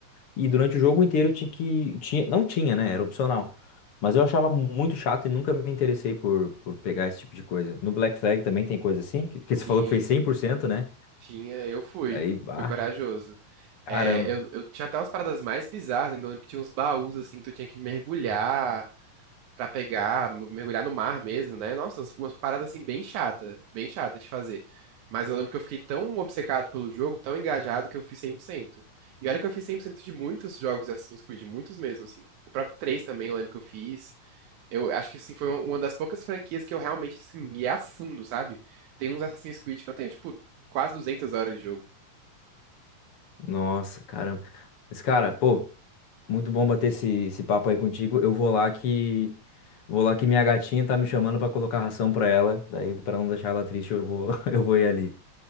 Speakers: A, on the left; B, on the right.
A: E durante o jogo inteiro eu tinha que. Tinha, não tinha, né? Era opcional. Mas eu achava muito chato e nunca me interessei por, por pegar esse tipo de coisa. No Black Flag também tem coisa assim, que, que você
B: Tinha,
A: falou que fez cem por cento né?
B: tinha, eu fui.
A: Aí, ah,
B: Fui corajoso.
A: caramba.
B: É, eu, eu tinha até umas paradas mais bizarras, ainda lembro que tinha uns baús assim que tu tinha que mergulhar. pra pegar, mergulhar no mar mesmo, né? Nossa, umas umas paradas assim bem chata, bem chata de fazer. Mas eu lembro que eu fiquei tão obcecado pelo jogo, tão engajado, que eu fiz cem por cento E olha que eu fiz 100% de muitos jogos de Assassin's Creed, muitos mesmo, assim. O próprio 3 também eu lembro que eu fiz. Eu acho que, assim, foi um, uma das poucas franquias que eu realmente, assim, ia a fundo, sabe? Tem uns Assassin's Creed que eu tenho, tipo, quase 200 horas de jogo.
A: Nossa, caramba. Mas, cara, pô, muito bom bater esse, esse papo aí contigo. Eu vou lá que. Vou lá que minha gatinha tá me chamando pra colocar ração pra ela. Daí, pra não deixar ela triste, eu vou, <laughs> eu vou ir ali.